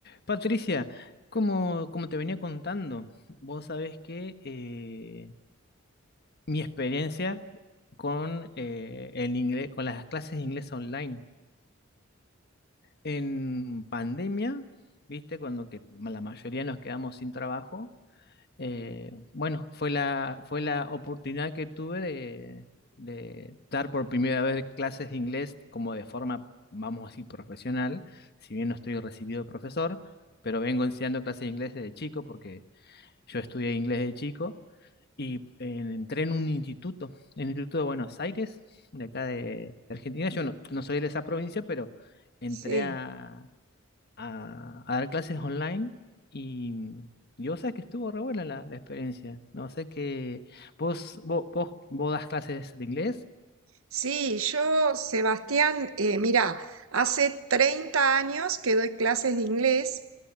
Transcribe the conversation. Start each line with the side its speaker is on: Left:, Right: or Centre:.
Left: Patricia, como, como te venía contando, vos sabés que eh, mi experiencia con, eh, el inglés, con las clases de inglés online en pandemia, viste, cuando que la mayoría nos quedamos sin trabajo, eh, bueno, fue la, fue la oportunidad que tuve de, de dar por primera vez clases de inglés como de forma, vamos a decir, profesional, si bien no estoy recibido de profesor pero vengo enseñando clases de inglés desde chico porque Yo estudié inglés de chico y eh, entré en un instituto, en el Instituto de Buenos Aires, de acá de Argentina. Yo no, no soy de esa provincia, pero entré
Right: Sí,
Left: a, a- a dar clases online y, y vos sabés que estuvo re buena la, la experiencia. No sé que vos, vos, vos, vos das clases de inglés.
Right: sí, yo, Sebastián, eh, mira, hace 30 años que doy clases de inglés.